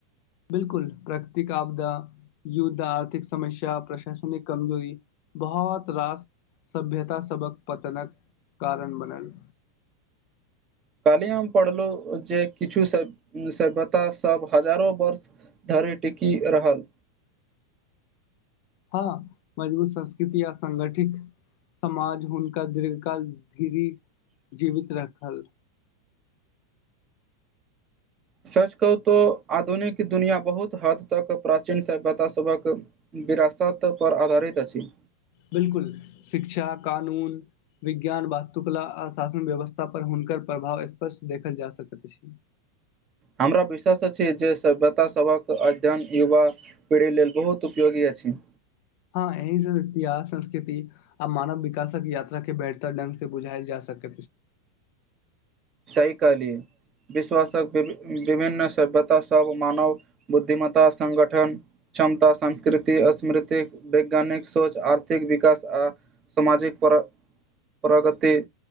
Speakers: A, on the left; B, on the right.
A: बिलकुल प्राकृतिक आपदा युद्ध आर्थिक समस्य प्रशासनिक कमजोरी बहुत रास सभ्यता सबक पतनक कारण बनल
B: कहलहि हम पढ़लहुँ जे किछु सभ सभ्यतासभ हजारो वर्ष धर टिकि रहल
A: हँ मजबूत संस्कृति य सङ्गठित समाज हुनका दीर्घ काल धीरी जीवित राखल
B: सर्च कहू तऽ आधुनिक दुनिआँ बहुत हद तक प्राचीन सभ्यतासभक विरासतपर आधारित अछि
A: बिलकुल शिक्षा कानून विज्ञान वास्तुकला आ शासन व्यवस्था पर हुनकर प्रभाव स्पष्ट देखल जा सकैत अछि
B: हमरा विश्वास अछि जे सभ्यता सभक अध्ययन युवा पीढ़ी लेल बहुत उपयोगी अछिन
A: हँ एहिया संस्कृति आ मानव विकासक यात्रा के ब बेहतर ढंग से बुझायल जा सक
B: सही कहलाए विश्वासक वि विभिन्न सभ्यता सब मानव बुद्धिमत्ता संगगठन क्षमता संस्कृति स्मृति वैज्ञानिक सोच आर्थिक विकास आ सामाजिक प्रगति